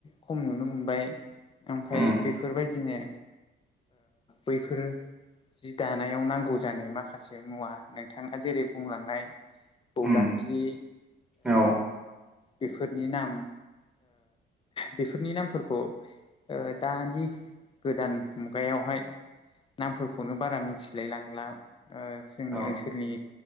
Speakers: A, on the left; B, in the centre.
A: खम नुनो मोनबाय। ओमफ्राय
B: उम
A: बेफोरबायदिनो बैफोरो जि दानायाव नांगौ जानाय माखासे मुवा नोंथाङा जेरै बुंलांनाय खौदांगि
B: उम औ
A: बेफोरनि नाम बेफोरनि नामफोरखौ दानि गोदान मुगायावहाय नामफोरखौनो बारा मिथिलाय लांला जोंनि
B: औ
A: ओनसोलनि